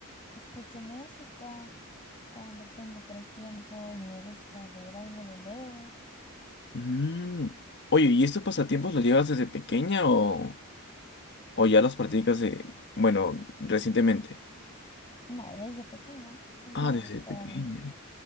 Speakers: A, on the left; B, on the left.
A: escucho música cuando tengo por ahí tiempo y me gusta leer algo, lo leo.
B: Mm. Oye, ¿y estos pasatiempos los llevas desde pequeña o, o ya los practicas de, bueno, recientemente?
A: No, desde pequeña siempre
B: Ah,
A: me
B: desde
A: ha gustado
B: pequeña.
A: mucho.